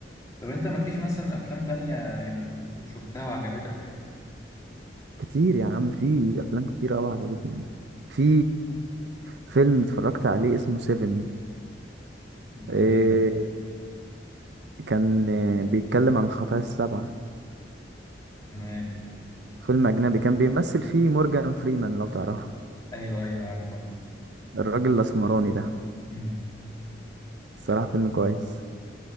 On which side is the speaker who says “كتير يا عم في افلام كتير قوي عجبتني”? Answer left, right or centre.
Right